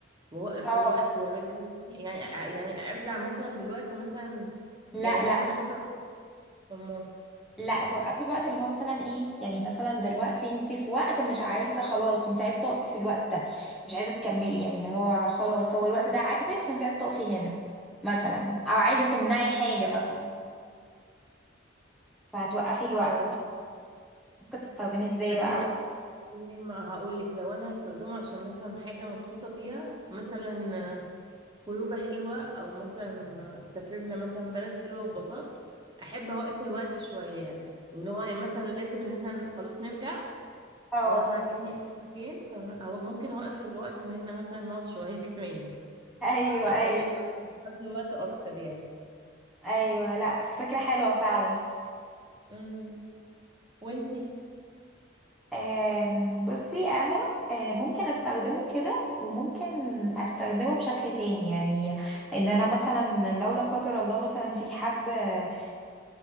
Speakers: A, on the right (about 25°); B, in the centre.
A: واوقف
B: اه
A: الوقت وارجع يعني يعني ارجع مثلا بالوقت مثلا
B: لا
A: يعني مثلا
B: لا
A: حصل أمه
B: لا توقفي الوقت اللي هو مثلا ايه يعني مثلا دلوقتي انت في وقت مش عايزة خلاص انت عايزة تقفي في الوقت ده مش عايزة تكملي يعني اللي هو خلاص هو الوقت ده عاجبك فانت عايزة تقفي هنا مثلا او عايزة تمنعي حاجة مثلا فهتوقفي الوقت
A: اه
B: ممكن تستخدميه ازاي
A: فال
B: بقى
A: ليه ما هقول لك لو انا هستخدمه عشان مثلا حاجه مبسوطه فيها مثلا خروجه حلوه او مثلا سافرنا مثلا بلد حلوه وببساطه احب اوقف الوقت شويه يعني ان هو يعني مثلا لازم ان احنا خلاص نرجع
B: اه
A: وانا عاجبني اي مكان فممكن اوقف الوقت ان احنا مثلا نقعد شويه <laughs> كمان يعني
B: ايوه
A: اخلي
B: ايوه
A: الوقت اخلي وقت اكتر يعني
B: ايوه لا فكره حلوه فعلا
A: امم وانتي
B: آم، بصي انا آه، ممكن استخدمه كده وممكن استخدمه بشكل تاني يعني ان انا مثلا لو لا قدر الله مثلا في حد آه،